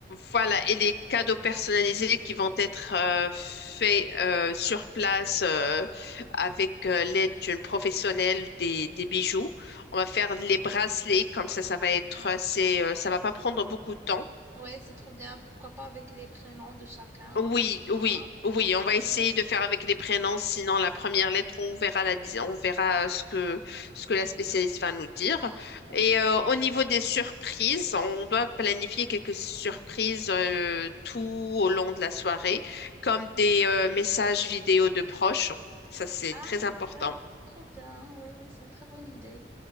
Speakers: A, on the left; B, on the right.
A: Voilà, et les cadeaux personnalisés qui vont être euh, faits euh, sur place euh, avec euh, l'aide d'une professionnelle des, des bijoux. On va faire les bracelets, comme ça, ça va être assez, euh, ça va pas prendre beaucoup de temps.
B: Ouais, c'est trop bien. Pourquoi pas avec les prénoms de chacun
A: Oui,
B: ou un truc
A: oui,
B: comme ça.
A: oui, on va essayer
B: Ouais, ouais,
A: de faire avec les prénoms,
B: ouais, parfait,
A: sinon
B: parfait.
A: la première lettre, on verra la, dis- on verra euh, ce que, ce que la spécialiste va nous dire.
B: Ouais,
A: Et
B: c'est trop
A: euh,
B: bien.
A: au niveau des surprises, on doit planifier quelques surprises euh, tout au long de la soirée, comme des euh, messages vidéo de proches. Ça, c'est
B: Ah,
A: très important.
B: ouais, c'est trop bien. Ouais, ouais, c'est une très bonne idée.